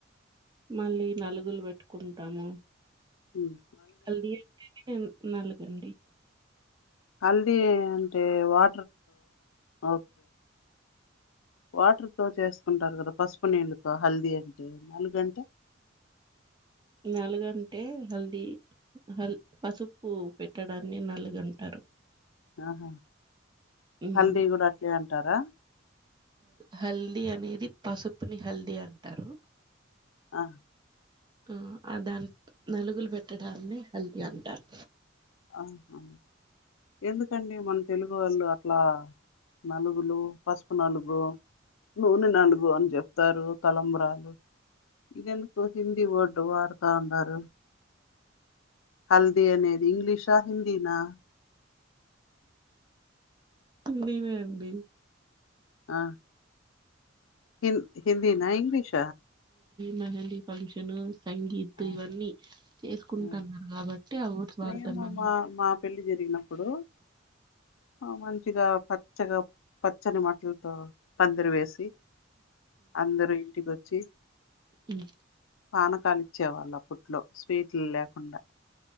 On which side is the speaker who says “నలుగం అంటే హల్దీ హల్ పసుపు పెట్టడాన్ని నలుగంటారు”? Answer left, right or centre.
Right